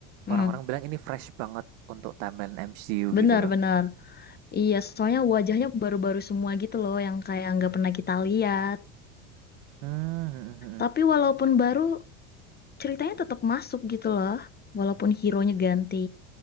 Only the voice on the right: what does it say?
orang-orang bilang ini fresh banget untuk timeline MCU gitu
loh.
Hmm, hmm mhm.